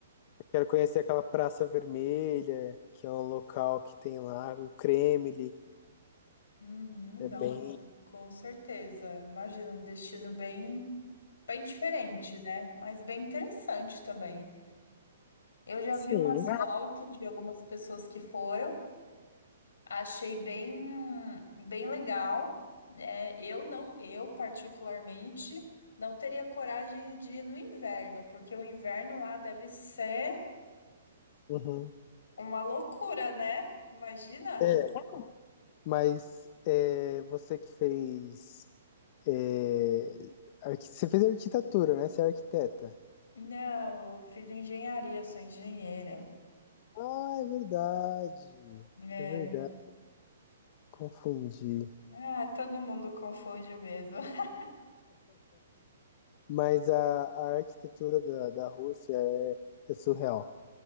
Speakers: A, on the left; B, on the left.
A: Eu quero conhecer aquela Praça Vermelha, que é um local que tem lá, o Kremlin,
B: Uhum,
A: é
B: nossa,
A: bem...
B: com certeza. Imagina um destino bem, bem diferente, né? Mas bem interessante também. Eu já
A: Sim.
B: vi umas fotos de algumas pessoas que foram. Achei bem, bem legal, né? Eu não, eu particularmente não teria coragem de ir no inverno, porque o inverno lá deve ser
A: Uhum.
B: uma loucura, né? Imagina?
A: É, mas é, você que fez... é, arqui- Você fez arquitetura, né? Você é arquiteta.
B: Não, eu fiz engenharia, sou engenheira.
A: Ah, é verdade.
B: É.
A: É verdade. Confundi.
B: Ah, todo mundo confunde mesmo. <laughs>
A: Mas a, a arquitetura da, da Rússia é, é surreal.